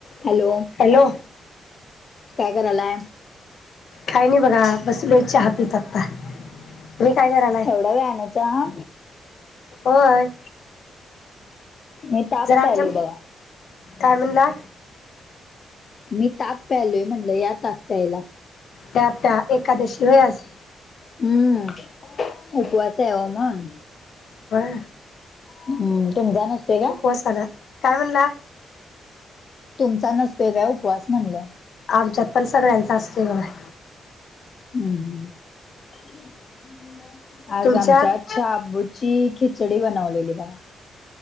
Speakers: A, on the left; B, on the left.
A: Hello
B: hello
A: काय करालाय
B: काय नाही बघा बसलोय चहा पित आत्ता तुम्ही काय करायलाय
A: एवढ्या वेळानं चहा
B: होय
A: मी ताक
B: जरा
A: प्यायलोय
B: आमचंम
A: बघा
B: काय म्हणला
A: मी ताक प्यायलोय म्हणलं या ताक प्यायला
B: प्या प्या एकादशी वय आज
A: हम्म उपवास हाय ओ मंग
B: होय
A: हम्म तुमचा नसतोय का
B: कसाला काय म्हणला
A: तुमचा नसतोय काय उपवास म्हणलं
B: आमच्यात पण सगळ्यांचा असतोय गं बाय
A: हम्म हम्म आज
B: तुमच्यात
A: आमच्याच शाबूची खिचडी बनवलेली बघा